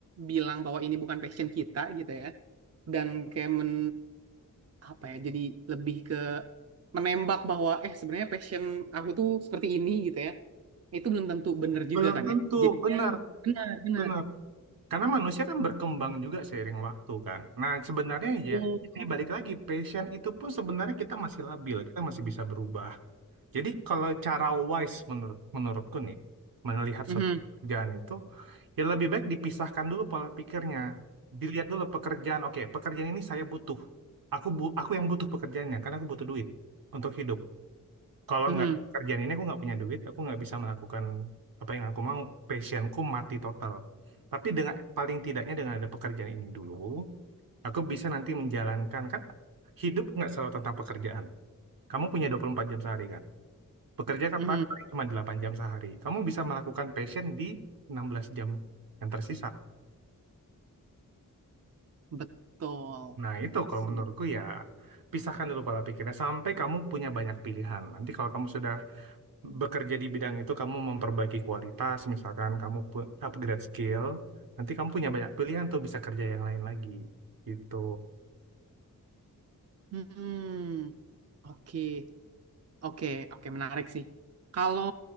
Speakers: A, on the right (about 45°); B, on the right (about 85°).
A: bilang bahwa ini bukan passion kita gitu ya dan kayak men apa ya jadi lebih ke menembak bahwa eh sebenarnya passion aku tuh seperti ini gitu ya itu belum tentu bener
B: Belum
A: juga kan
B: tentu,
A: ya jadinya
B: benar,
A: benar benar
B: benar. Karena manusia kan berkembang juga seiring waktu kan. Nah, sebenarnya ya,
A: oh
B: jadi balik lagi, passion itu pun sebenarnya kita masih labil, kita masih bisa berubah. Jadi kalau cara wise menurut menurutku nih, melihat
A: Mhm.
B: suatu pekerjaan itu, ya lebih baik dipisahkan dulu pola pikirnya. Dilihat dulu pekerjaan, oke, pekerjaan ini saya butuh. Aku bu aku yang butuh pekerjaannya, karena aku butuh duit untuk hidup. Kalau
A: Mhm.
B: nggak ada kerjaan ini aku nggak punya duit, aku nggak bisa melakukan apa yang aku mau. Passionku mati total. Tapi dengan paling tidaknya dengan ada pekerjaan ini dulu, aku bisa nanti menjalankan kan hidup nggak selalu tentang pekerjaan. Kamu punya 24 jam sehari kan? Bekerja kapan?
A: Mhm.
B: Paling Cuma 8 jam sehari. Kamu bisa melakukan passion di 16 jam yang tersisa.
A: betul
B: Nah, itu kalau
A: sih
B: menurutku ya pisahkan dulu pola pikirnya sampai kamu punya banyak pilihan. Nanti kalau kamu sudah bekerja di bidang itu kamu memperbaiki kualitas, misalkan kamu pu- upgrade skill, nanti kamu punya banyak pilihan tuh bisa kerja yang lain lagi. Gitu.
A: Hmm, oke. Oke, oke menarik sih. Kalau